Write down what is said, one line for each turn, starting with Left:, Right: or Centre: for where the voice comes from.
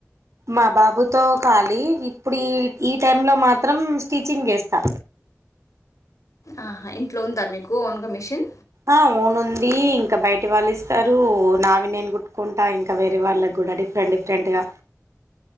Right: మా బాబుతో ఖాలీ ఇప్పుడు ఈ ఈ టైమ్లో మాత్రం స్టిచింగ్ చేస్తా
Left: అహా ఇంట్లో ఉందా మీకు ఓన్గా మిషిన్
Right: ఆ ఓన్ ఉంది ఇంకా బయటి వాళ్ళు ఇస్తారు నావి నేను కుట్టుకుంటా ఇంకా వేరే వాళ్ళకి కూడా డిఫరెంట్ డిఫరెంట్ గా